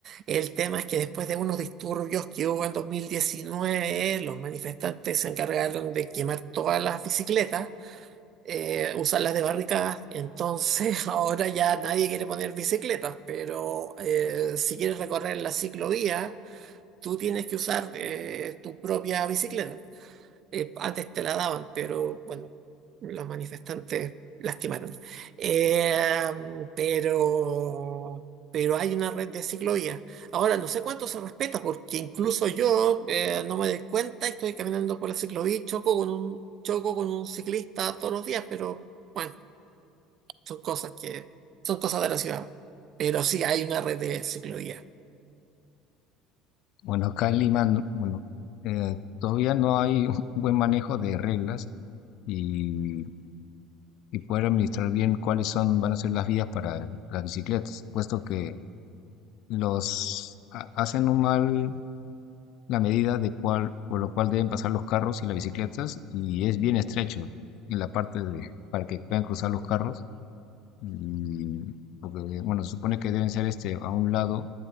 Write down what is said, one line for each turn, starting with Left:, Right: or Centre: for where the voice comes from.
Right: El tema es que después de unos disturbios que hubo en 2019, los manifestantes se encargaron de quemar todas las bicicletas, eh, usarlas de barricadas. Entonces <laughs> ahora ya nadie quiere poner bicicletas, pero eh, si quieres recorrer la ciclovía, tú tienes que usar eh, tu propia bicicleta eh, antes te la daban, pero bueno, los manifestantes lastimaron. Eh, pero, pero hay una red de ciclovías. Ahora, no sé cuánto se respeta, porque incluso yo eh, no me doy cuenta, estoy caminando por la ciclovía y choco con un, choco con un ciclista todos los días, pero bueno, son cosas que son cosas de la ciudad. Pero sí hay una red de ciclovías.
Left: Bueno, acá en Lima, no- bueno, eh, todavía no hay un buen manejo de reglas y, y poder administrar bien cuáles son, van a ser las vías para las bicicletas, puesto que los ha- hacen un mal la medida de cual, por lo cual deben pasar los carros y las bicicletas y es bien estrecho en la parte de, para que puedan cruzar los carros y porque, bueno, se supone que deben ser este a un lado